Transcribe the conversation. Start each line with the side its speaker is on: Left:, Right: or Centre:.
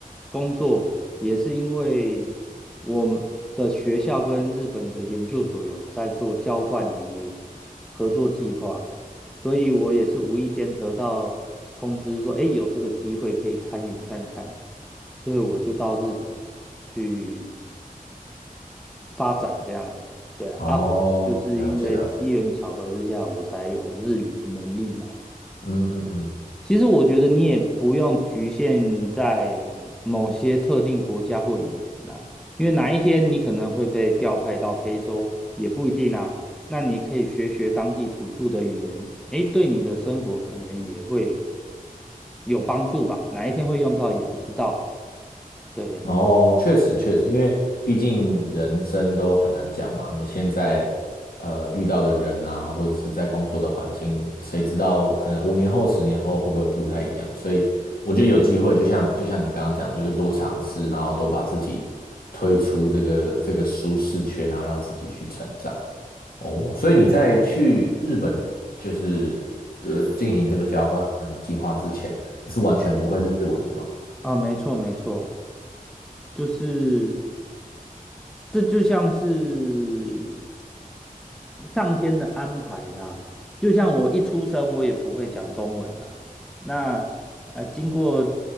Centre: 工作，也是因为我们的学校跟日本的研究所有在做交换以及合作计划，所以我也是无意间得到通知说，哎，有这个机会可以参与看看，所以我就到日本去发展这样，对啊，
Left: 哦，
Centre: 啊，后来就是因为机缘巧合之下，
Left: 了解了解，
Centre: 我才有日语的能力嘛。
Left: 嗯嗯嗯。
Centre: 其实我觉得你也不用局限在某些特定国家或语言呐、因为哪一天你可能会被调派到非洲，也不一定啊。那你可以学学当地土著的语言，诶，对你的生活可能也会有帮助吧。哪一天会用到也不知道。对，
Left: 哦，确实确实，因为毕竟人生都很难讲嘛。你现在呃遇到的人啊，或者是在工作的环境，谁知道可能五年后、十年后会不会不太一样？所以我觉得有机会，就像就像你刚刚讲，就是多尝试，然后多把自己推出这个这个舒适圈，然后让自己去成长。哦，所以你在去日本就是呃进行这个交换计划之前，你是完全不会日文的嘛？
Centre: 啊，没错没错。就是这就像是上天的安排啦。就像我一出生，我也不会讲中文啊。那呃，经过